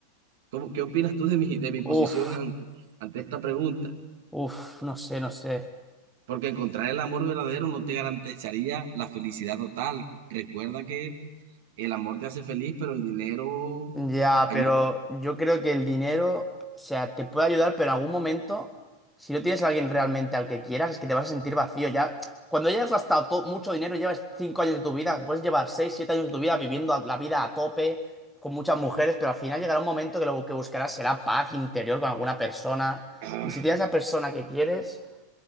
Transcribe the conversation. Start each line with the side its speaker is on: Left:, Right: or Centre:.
Right: ¿Cómo- qué opinas tú de mi, de mi posición
Centre: Uf,
Right: an- ante esta pregunta?
Centre: uf, no sé, no sé.
Right: Porque encontrar el amor verdadero no te garantizaría la felicidad total. Recuerda que el amor te hace feliz, pero el dinero
Centre: Ya,
Right: ayuda.
Centre: pero yo creo que el dinero, o sea, te puede ayudar, pero en algún momento, si no tienes a alguien realmente al que quieras, es que te vas a sentir vacío. Ya, cuando hayas gastado to- mucho dinero, llevas 5 años de tu vida, puedes llevar 6, 7 años de tu vida viviendo la vida a tope, con muchas mujeres, pero al final llegará un momento que lo que buscarás será paz interior con alguna persona.
Right: Ah,
Centre: Y si tienes la persona que quieres,